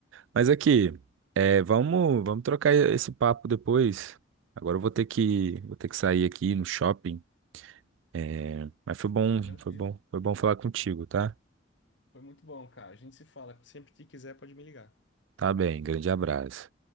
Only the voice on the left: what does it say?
Tranquilo.
Foi muito bom, cara. A gente se fala. Sempre que quiser, pode me ligar.